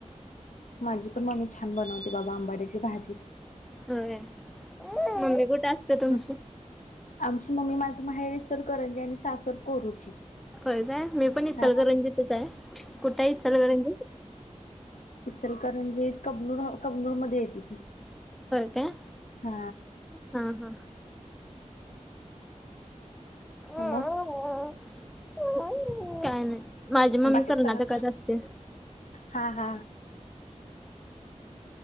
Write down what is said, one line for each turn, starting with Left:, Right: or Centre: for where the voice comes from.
Left: माझी पण मम्मी छा न बनवते बाबा आंबाड्याची भाजी.
Centre: होय मंम्मी कुठ असत्या
Left: हम्म
Centre: तुमची?
Left: आमची मम्मी माझं माहेरी इचलकरंजी आणि सासर कोरूची.
Centre: हो काय मी पण इचलकरंजीतच
Left: हा
Centre: आहे कुठे आहे इचलकरंजी?
Left: इचलकरंजीत कबनूर कबनूर मध्ये येती ती.
Centre: होय काय,
Left: हा
Centre: हा हा.
Left: मग
Centre: अ अ काय नाय. माझी मम्मी
Left: बाकीच
Centre: कर्नाटकात
Left: सगळं
Centre: असत्या.
Left: हा हा.